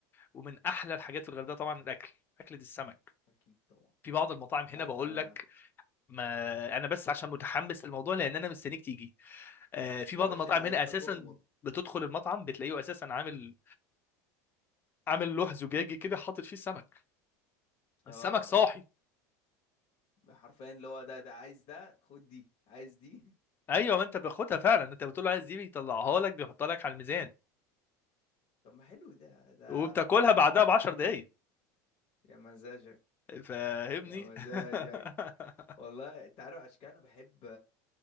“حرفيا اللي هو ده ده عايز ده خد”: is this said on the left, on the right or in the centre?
Left